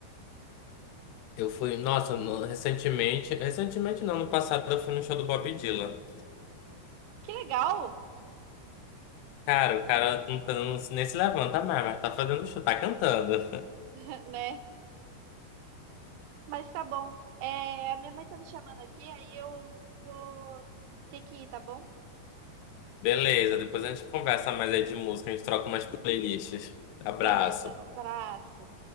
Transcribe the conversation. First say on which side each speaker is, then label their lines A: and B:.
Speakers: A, on the left; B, on the right.
A: Eu fui, nossa, no- recentemente, recentemente não, no passado eu fui no show do Bob Dylan.
B: Que legal,
A: Cara, o cara não tá, não, nem se levanta mais, mas tá fazendo show, tá cantando.
B: <laughs> né? Mas tá bom. É, a minha mãe tá me chamando aqui, aí eu vou ter que ir, tá bom?
A: Beleza, depois a gente conversa mais aí de música, a gente troca umas playlists. Abraço.
B: Beleza, abraço.